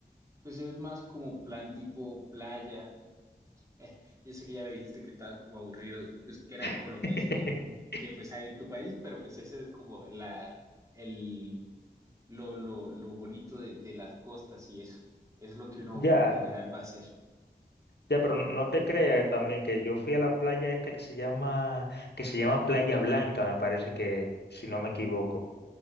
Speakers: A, on the right (about 20°); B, on the left (about 80°).
A: Pues es más como plan tipo playa. Eh, yo sé que ya me dijiste que estabas como aburrido, pues que era
B: <laughs>
A: como lo mismo que pues hay en tu país, pero pues ese es como la, el, lo, lo, lo bonito de, de las costas y eso. Es lo que uno
B: Ya.
A: por lo general va a hacer.
B: Ya, pero no te creas también que yo fui a la playa esta que se llama, que se llama Playa Blanca, me parece que, si no me equivoco.